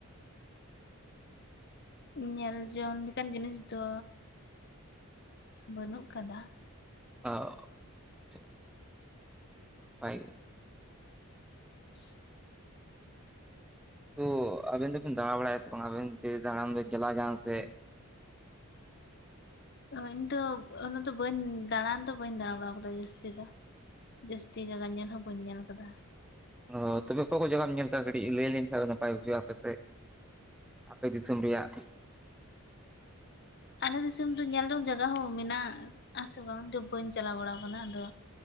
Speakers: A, on the left; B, in the centre.
A: ᱧᱮᱞ ᱡᱚᱝ ᱞᱮᱠᱟᱱ ᱡᱤᱱᱤᱥ ᱫᱚ ᱵᱟᱹᱱᱩᱜ ᱟᱠᱟᱫᱟ᱾
B: ᱚᱼᱚ ᱟᱪᱪᱷᱟ ᱟᱪᱪᱷᱟ ᱵᱷᱟᱜᱮ ᱜᱮ᱾
A: <inaudible>
B: ᱛᱚ ᱟᱵᱤᱱ ᱫᱚᱵᱤᱱ ᱫᱟᱬᱟ ᱵᱟᱲᱟᱭᱟ ᱥᱮ ᱵᱟᱝ ᱟᱵᱤᱱ ᱡᱮ ᱫᱟᱬᱟᱱ ᱵᱤᱱ ᱪᱟᱞᱟᱜᱼᱟ ᱡᱟᱦᱟ ᱥᱮᱫ?
A: ᱤᱧ ᱫᱚ ᱚᱱᱟ ᱫᱚ ᱵᱟᱹᱧ ᱫᱟᱬᱟᱱ ᱫᱚ ᱵᱟᱹᱧ ᱫᱟᱬᱟ ᱵᱟᱲᱟᱣ ᱠᱟᱫᱟ ᱡᱟᱹᱥᱛᱤ ᱫᱚ᱾ ᱡᱟᱹᱥᱛᱤ ᱡᱟᱭᱜᱟ ᱧᱮᱞ ᱦᱚᱸ ᱵᱟᱹᱧ ᱧᱮᱞ ᱟᱠᱟᱫᱟ᱾
B: ᱚ ᱛᱚᱵᱮ ᱚᱠᱟ ᱠᱚ ᱡᱟᱭᱜᱟᱢ ᱧᱮᱞ ᱠᱟᱜᱼᱟ ᱠᱟᱹᱴᱤᱡ ᱞᱟᱹᱭᱟᱞᱤᱧ ᱠᱷᱟᱡ ᱟᱨᱚ ᱱᱟᱯᱟᱭ ᱵᱩᱡᱷᱟᱹᱜᱼᱟ ᱟᱯᱮ ᱥᱮᱫ᱾ ᱟᱯᱮ ᱫᱤᱥᱚᱢ ᱨᱮᱭᱟᱜ᱾
A: ᱟᱞᱮ ᱫᱤᱥᱚᱢ ᱫᱚ ᱧᱮᱞ ᱡᱚᱝ ᱡᱟᱭᱜᱟ ᱦᱚᱸ ᱢᱮᱱᱟᱜ-ᱟ ᱥᱮ ᱵᱟᱝ ᱤᱧ ᱫᱚ ᱵᱟᱹᱧ ᱪᱟᱞᱟᱣ ᱵᱟᱲᱟᱣ ᱠᱟᱱᱟ ᱟᱫᱚ